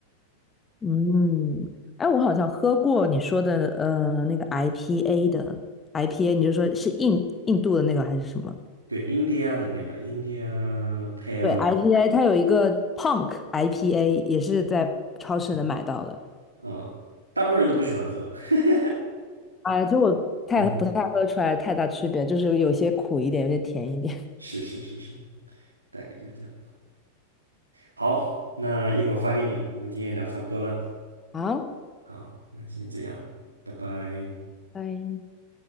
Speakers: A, on the left (about 15°); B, on the right (about 80°).
A: 嗯，哎，我好像喝过你说的呃那个 IPA 的 IPA，你就说是印印度的那个还是什么？
B: 对，India 的那个 India Pale，
A: 对，IPA 它有一个 Punk IPA，也是在超市能买到的。
B: 呃，大部分人都不喜欢喝。<laughs>
A: 哎，就我太不太喝出来太大区别，
B: 嗯，
A: 就是有些苦一点，有些甜一点。
B: 是是是是，大概就这样。好，那一会儿发给你，我们今天聊差不多啦。
A: <laughs> 好，
B: 好，那先这样，拜拜。
A: 拜。